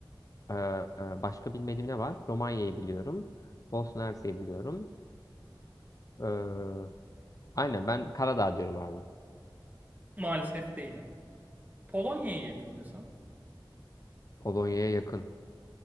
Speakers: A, on the left (about 45°); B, on the right (about 20°).
A: e, e, başka bilmediğim ne var? Romanya'yı biliyorum. Bosna Hersek'i biliyorum. E, aynen ben Karadağ diyorum abi.
B: Maalesef değil ha. Polonya'ya yakın desem.
A: Polonya'ya yakın.